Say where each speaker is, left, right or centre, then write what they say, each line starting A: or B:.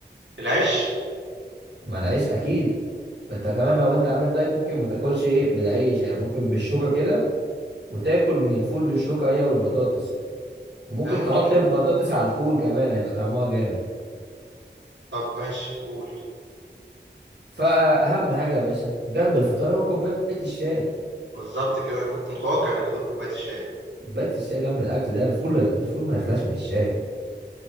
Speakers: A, on the right (about 85°); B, on the right (about 70°).
A: العيش
B: ما العيش اكيد ما انت كمان
A: طب
B: لو انت عامل دايت ممكن ما تاكلش ايه بالعيش يعني ممكن بالشوكه كده وتاكل من الفول بالشوكه هي والبطاطس وممكن
A: انا ممكن
B: تحط
A: برضه
B: البطاطس على الفول كمان هيبقى طعمها جامد
A: طب ماشي قول
B: فاهم حاجه يا باشا جنب الفطار هو كوبايه الشاي
A: بالظبط كده انا كنت متوقع انك هتقول كوبايه الشاي
B: كوبايه الشاي جنب الاكل ده الفول الفول ما يخلاش من الشاي